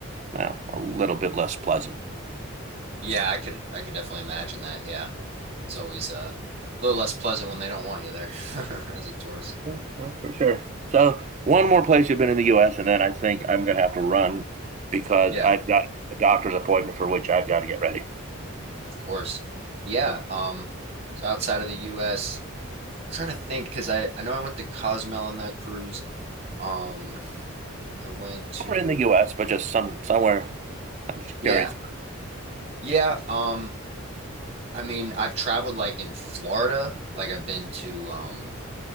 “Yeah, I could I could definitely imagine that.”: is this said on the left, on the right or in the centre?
Right